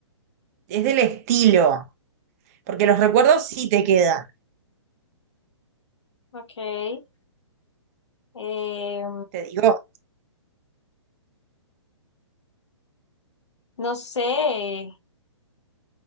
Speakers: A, on the right; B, on the left.
A: es del estilo. Porque los recuerdos sí te quedan.
B: ok, eh,
A: Te digo.
B: no sé,